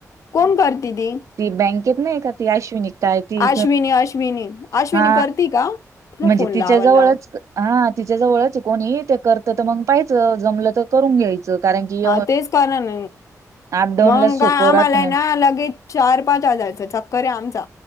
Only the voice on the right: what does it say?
ती बँकेत नाही का ती आश्विनि काय ती
हा
म्हणजे
तिच्याजवळच
हा तिच्या जवळच कोणी ते करत तर मग पाहियचं जमलं तर करून घ्यायचं. कारण की
अपडाऊन
ला सोपं
राहत